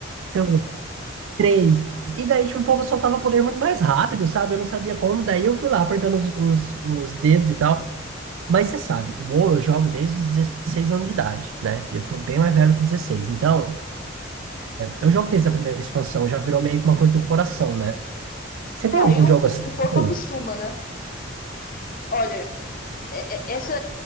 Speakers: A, on the right; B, on the left.
A: dois, três, e daí, tipo, o povo soltava poder muito mais rápido, sabe? Eu não sabia como, daí eu fui lá apertando os, os os dedos e tal. Mas você sabe, o WoW eu jogo desde os 16 anos de idade, né? E eu tô bem mais velho que 16. Então, eu jogo desde a primeira expansão, já virou meio que uma coisa do coração, né? Você tem
B: Ah,
A: algum
B: e o,
A: jogo assim?
B: o o corpo
A: Tem.
B: acostuma, né? Olha, é- é- essa